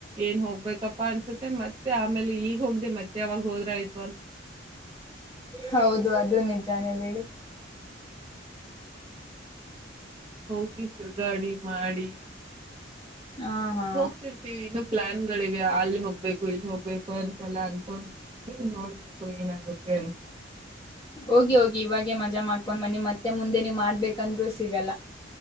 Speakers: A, on the right (about 25°); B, on the left (about 20°).
A: ಏನ್ ಹೋಗ್ಬೇಕ ಪ್ಪಾ ಅನ್ಸುತ್ತೆ ಮತ್ತೆ ಆಮೇಲೆ ಈಗ ಹೋಗ್ದೆ ಮತ್ತೆ ಯಾವಾಗ ಹೋದ್ರ ಆಯ್ತು ಅಂತ
B: ಹೌದು ಅದು ನಿಜಾನೇ ಬಿೇಡಿ
A: ಹೋಗಿ ತಿರ್ಗಾಡಿ ಮಾಡಿ
B: ಹ ಹಾ
A: ಹೋಗ್ತಿರ್ತೀವಿ ಇನ್ನು ಪ್ಲಾನ್ಗಳಿವೆ ಅಲ್ಲಿ ಹೋಗ್ಬೇಕು ಇಲ್ಲಿ ಹೋಗ್ಬೇಕು ಅಂತೆಲ್ಲ ಅನ್ಕೊಂಡಿದೀವಿ ನೋಡ್ಬೇಕು ಏನಾಗುತ್ತೆ ಅಂತ
B: ಹೋಗಿ ಹೋಗಿ ಇವಾಗೇ ಮಜಾ ಮಾಡ್ಕೊಂಡ್ ಬನ್ನಿ ಮತ್ತೆ ಮುಂದೆ ನೀವು್ ಮಾಡ್ಬೇಕಂದ್ರರು ಸಿಗಲ್ಲ